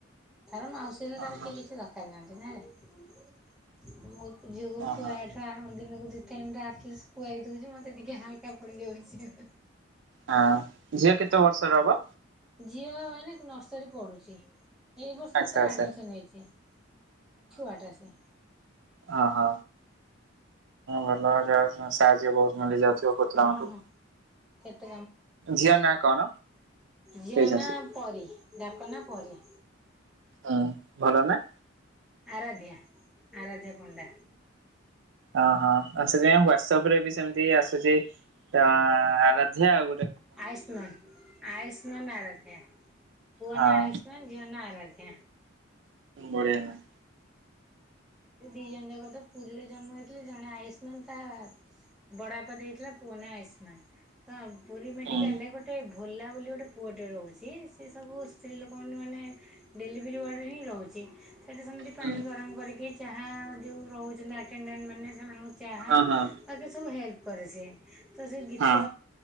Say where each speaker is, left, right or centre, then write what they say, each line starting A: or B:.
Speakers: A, in the centre; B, on the right.
A: ତାର ମାଉସୀ ହେଲେ
B: ହଁ
A: ତାର
B: ହଁ
A: କେହି କିଛି ଦରକାର ନାହାନ୍ତି ନାରେ ମୋ ଝିଅକୁ
B: ହଁ
A: ଖୁଆବାଠୁ
B: ହଁ
A: ଆରମ୍ଭ ଦିନକୁ ଦି ଟାଇମ୍ ତ ଆଟଲିଷ୍ଟ୍ ଖୁଆଇ ଦୋଉଚି ମତେ ଟିକେ ହାଲକା ପଡିଯାଉଚି।
B: ହଁ ଝିଅ କେତେ ବର୍ଷର ହବ?
A: ଝିଅ ଏଇନାକେ ନର୍ସରୀ ପଢ଼ୁଚି ଏଇ ବର୍ଷ
B: ଆଚ୍ଛା
A: ତାର
B: ଆଚ୍ଛା
A: ଆଡ଼ମିସନ ହେଇଚି। ଛୁଆଟା ସିଏ।
B: ଅହ ହଁ ଭଲ ଆଉ ଯାହୋଉ ସେମାନ ସାହାଯ୍ୟ କରୁଚନ୍ତି ଯେହେତୁ <unintelligible>
A: ହଁ ହଁ।
B: ଓ
A: କେତେ
B: ଝିଅ ନାଁ କଣ?
A: ଝିଅନା
B: ତେଜସ୍ଵୀ
A: ପରି ଡ଼ାକ ନା ପରି।
B: ହୁଁ ଭଲ ନାଁ?
A: ଆରାଧ୍ୟ୍ୟା ଆରାଧ୍ୟ୍ୟା ପଣ୍ଡା।
B: ଅହଁ ଆଉ ସେଥିପାଇଁ ହ୍ଵାଟସପରେ ବି ସେମିତି ଆସୁଚି ତା ଆରାଧ୍ୟ୍ୟା ଆଉ ଗୋ
A: ଆୟୁଷ୍ମାନ ଆୟୁଷ୍ମାନ ଆରାଧ୍ୟା। ପୁଅ
B: ହଁ ହଁ।
A: ନା ଆୟୁଷ୍ମାନ, ଝିଅ ନା ଆରାଧ୍ୟ୍ୟା।
B: ବଢିଆ ନାଁ।
A: ସେ ଦିଜଣ ଯାକ ତ ପୁରୀରେ ଜନ୍ମ ହେଇଥିଲେ ଜଣେ ଆୟୁଷ୍ମାନ ତା ବଡବାପା ଦେଇଥିଲା ପୁଅ ନା ଆୟୁଷ୍ମାନ ତ ପୁରୀ ମେଡ଼ିକାଲରେ
B: ହୁଁ।
A: ଗୋଟେ ଭୋଲା ବୋଲି ଗୋଟେ ପୁଅଟେ ରହୁଚି ସିଏ ସବୁ ସ୍ତ୍ରୀ ଲୋକମାନେ ମାନେ ଡେଲିଭରି ୱାର୍ଡ଼ରେ ହିଁ ରହୁଚି ସେଠି ସେମିତି
B: ହୁଁ
A: ପାଣି ଗରମ କରିକି ଚାହା ଯୋଉ ରହୁଚନ୍ତି ଆଟେଣ୍ଡେଣ୍ଟମାନେ ସେମାନଙ୍କୁ ଚାହା
B: ହଁ ହଁ
A: ବାକି ସବୁ ହେଲପ୍ କରେ ସିଏ। ତ ସିଏ ଗୀତ
B: ହଁ